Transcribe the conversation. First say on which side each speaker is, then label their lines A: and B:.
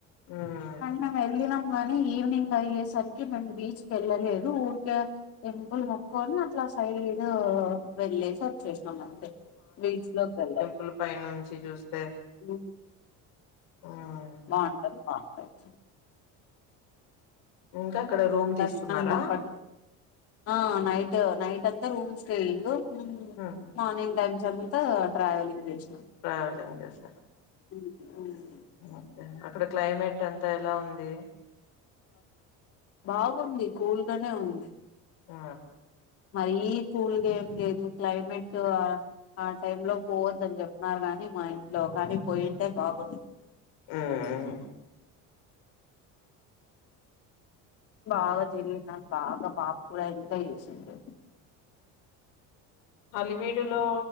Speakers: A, on the left (about 80°); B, on the left (about 45°).
A: ఉమ్
B: అం మేము వెళ్ళినాం గానీ ఈవినింగ్ అయ్యేసరికి మేము బీచ్కి వెళ్ళలేదు ఊరికే టెంపుల్ మొక్కొని అట్లా సైడ్ వెళ్లేేసి వ చేసినాం అంతే వీట్స్ లోకి వెళ్ళాలి
A: ఉలిపాయ నుంచి చూస్తే
B: ఉ
A: ఉమ్
B: బావుంటాది బాంటాది
A: ఇంకా అక్కడ రూమ్ తీసుకున్నారా
B: దర్శన మా పడి ఆ నైట్ నైట్ అంతా రూమ్స్ కెళ్లిండు హ్మ్మ్
A: ఉమ్
B: మార్నింగ్ టైమ్స్ అంతా ట్రావెలింగ్ చేసినం
A: ప్రయోగం చేసినారు
B: ఉ
A: ఓకే అక్కడ క్లైమేట్ అంతా ఎలా ఉంది
B: బాగుంది కూల్గానే ఉంది
A: ఆ
B: మరీ కూల్గా ఏం లేదు క్లైమేట్ ఆ ఆ టైం లో పోవద్దని చెప్తున్నారు గాని మా ఇంట్లో కానీ పోయింటే బాగుంది
A: హ్మ్
B: బాగా తినింద బాగా పాప కూడా అంతే చేసింది
A: హలివీడులో